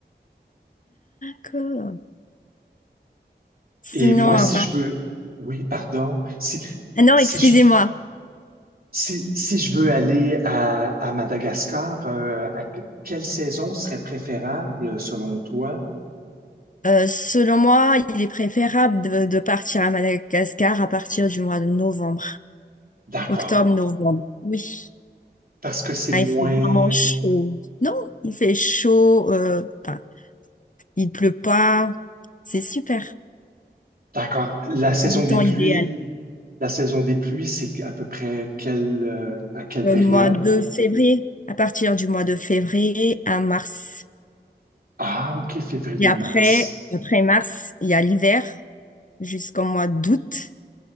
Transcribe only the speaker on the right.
Et moi, si
je veux, oui, pardon, si,
si
je, si, si je veux aller à, à Madagascar, euh, à que- quelle saison serait préférable selon toi?
D'accord.
Parce que c'est
moins...
D'accord. La saison
des pluies,
la saison des pluies, c'est à peu près quelle, euh, à quelle
période?
Ah, OK, février-mars.